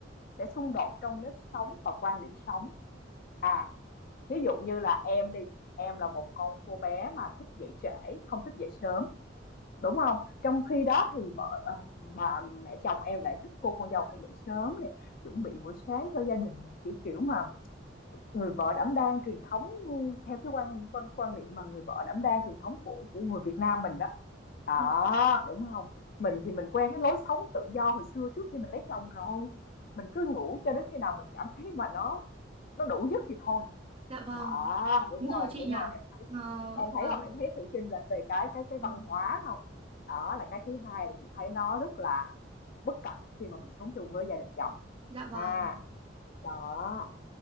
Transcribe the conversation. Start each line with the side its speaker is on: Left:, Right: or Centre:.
Left: sẽ xung đột trong nếp sống và quan điểm sống à ví dụ như là em đi em là một con cô bé mà thích dậy trễ không thích dậy sớm đúng không trong khi đó thì vợ ờ, bà mẹ chồng em lại thích cô con dâu phải dậy sớm này chuẩn bị buổi sáng cho gia đình này, kiểu kiểu mà Người vợ đảm đang truyền thống theo cái quan quan quan niệm mà người vợ đảm đang truyền thống của của người Việt Nam mình đó. Đó,
Right: Dạ,
Left: đúng không Mình thì mình quen cái lối sống tự do hồi xưa trước khi mình lấy chồng rồi. Mình cứ ngủ cho đến khi nào mình cảm thấy mà nó nó đủ giấc thì thôi.
Right: dạ vâng,
Left: Đó, đúng
Right: đúng rồi
Left: không
Right: chị
Left: Đúng
Right: nhỉ.
Left: không Em thấy
Right: Ờ,
Left: em thấy
Right: vâng,
Left: không Em thấy sự chênh lệch về cái cái cái văn
Right: Ừ.
Left: hóa không Đó là cái thứ hai là chị thấy nó rất là bất cập khi mà mình sống chung với gia đình chồng
Right: dạ vâng.
Left: ha. Đó,